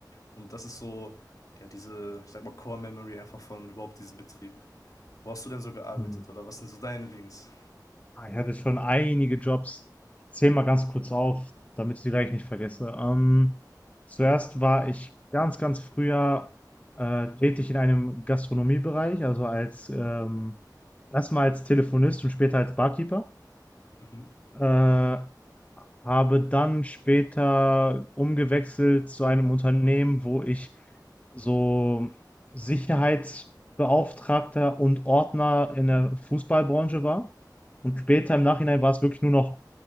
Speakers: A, on the left; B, on the left.
A: Und das ist so, ja, diese, ich sag mal, Core Memory einfach von überhaupt diesem Betrieb. Wo hast du denn so gearbeitet
B: Hm.
A: oder was sind so deine Dings?
B: Ah, ich hatte schon einige Jobs. Zähl mal ganz kurz auf, damit ich sie gleich nicht vergesse. Ähm, zuerst war ich ganz, ganz früher äh, tätig in einem Gastronomiebereich, also als ähm, erstmal als Telefonist und später als Barkeeper.
A: Mhm.
B: Äh, Habe dann später umgewechselt zu einem Unternehmen, wo ich so Sicherheitsbeauftragter und Ordner in der Fußballbranche war. Und später im Nachhinein war es wirklich nur noch